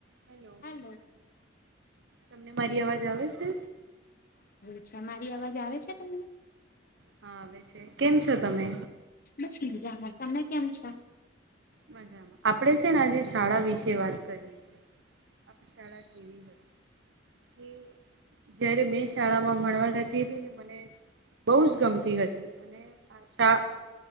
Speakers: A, on the right; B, on the left.
A: હેલોલો
B: હલો
A: તમને મારી અવાજ આવે છે
B: અચ્છા મારી અવાજ આવે છે તમને
A: હા આવે છે કેમ છો તમે
B: બસ બીજામાં તમે કેમ છો
A: મજામાં આપણેે છે ને આજે શાળા વિશે વાત કરીએ છેીએ આપ શાળા કેવી હતી તે જયારે મેં શાળામાં ભણવા જતી હતી ને મને બોવ જ ગમતી હતી અને આ